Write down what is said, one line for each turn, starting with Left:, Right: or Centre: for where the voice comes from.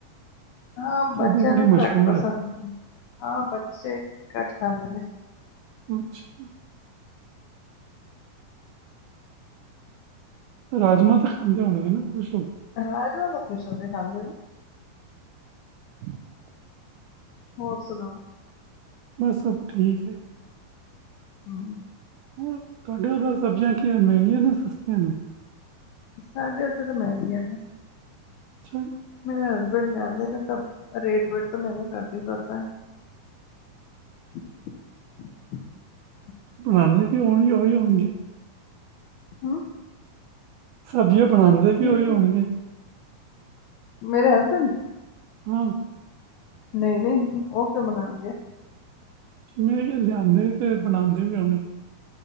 Left: ਹਾਂ ਬੱਚਿਆਂ
Right: ਦੀ ਬੜੀ
Left: ਨੂੰ
Right: ਮਸ਼ਹੂਰ
Left: ਤਾਂ ਘੱਟ ਪਸੰਦ
Right: ਹੈ।
Left: ਹਾਂ ਬੱਚੇ ਘੱਟ ਖਾਂਦੇ ਨੇ
Right: ਅੱਛਾ ਰਾਜਮਾਂ ਤਾਂ ਖਾਂਦੇ ਹੋਣਗੇ ਨਾ ਖੁਸ਼ ਹੋ ਕੇ
Left: ਹੈਲੋ ਖੁਸ਼ ਹੋ ਕੇ ਖਾਂਦੇ ਨੇ
Right: <inaudible>
Left: ਹੋਰ ਸੁਣਾਓ
Right: ਬਸ ਸਭ ਠੀਕ ਹੈ
Left: ਹੂ
Right: ਹੋਰ ਤੁਹਾਡੇ ਉਧਰ ਸਬਜ਼ੀਆਂ ਕੀ ਮਹਿੰਗੀਆਂ ਨੇ ਸਸਤੀਆਂ ਨੇ
Left: ਸਾਡੇ ਉੱਥੇ ਤਾਂ ਮਹਿੰਗੀਆਂ ਨੇ
Right: ਅੱਛਾ
Left: ਮੇਰੇ ਹਸਬੈਂਡ ਜਾਂਦੇ ਨੇ ਤਾਂ ਰੇਟ ਵੇਟ ਤੋਂ ਮੈਨੂੰ ਘੱਟ ਹੀ ਪਤਾ ਹੈ। <inaudible>
Right: ਬਣਾਉਦੇ ਵੀ ਹੋਣਗੇ ਉਹੀ ਹੋਣਗੇ
Left: ਹੂ
Right: ਸਬਜ਼ੀਆਂ ਬਣਾਉਂਦੇ ਵੀ
Left: ਠੀਕ
Right: ਉਹੀ ਹੋਣਗੇ
Left: ਹੈ ਮੇਰੇ ਹਸਬੈਂਡ
Right: ਹੂ
Left: ਨਹੀਂ ਨਹੀਂ ਉਹ ਕਿਉਂ ਬਣਾਉਣਗੇ
Right: ਜਿਵੇਂ ਲਿਆਦੇ ਤੇ ਬਣਾਉਂਦੇ ਵੀ ਆਉਣੀ ਆ